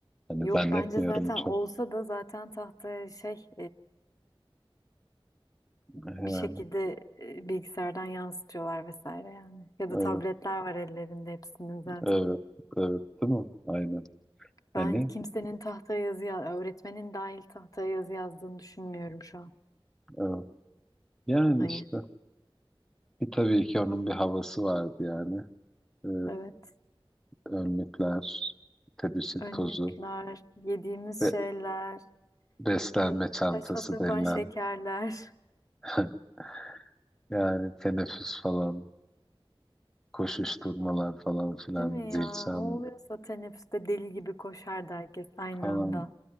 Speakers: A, in the centre; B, on the left (about 40°).
A: Hani
B: Yok
A: zannetmiyorum
B: bence zaten
A: çok.
B: olsa da zaten tahtaya şey
A: Yani
B: bir şekilde e, bilgisayardan yansıtıyorlar vesaire yani. Ya
A: evet
B: da tabletler var ellerinde hepsinin zaten.
A: evet evet değil mi? Aynen. Hani
B: Ben kimsenin tahtaya yazı, ya- öğretmenin dahil tahtaya yazı yazdığını düşünmüyorum şu an.
A: evet. Yani
B: Hani
A: işte bir tabii ki onun bir havası vardı yani. e,
B: evet,
A: önlükler, tebeşir
B: önlükler,
A: tozu
B: yediğimiz
A: ve
B: şeyler,
A: beslenme
B: böyle
A: çantası
B: saçma sapan
A: denilen
B: şekerler.
A: <laughs> yani teneffüs falan, koşuşturmalar falan filan,
B: Değil mi
A: zil
B: ya?
A: çalma
B: Ne oluyorsa teneffüste deli gibi koşardı herkes aynı
A: falan
B: anda.